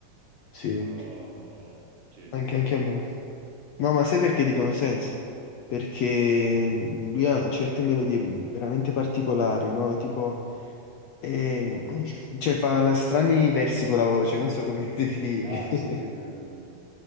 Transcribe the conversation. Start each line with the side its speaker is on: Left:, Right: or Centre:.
Left: sì,
Right: Però, sì.
Left: anche anche a me. No, ma sai perché dicono sense? Perché mm, lui ha certe melodie veramente particolari, no? Tipo, eh, cioè fa strani versi con la voce, non so come <laughs> definirli.
Right: Ah, sì, il, ehm,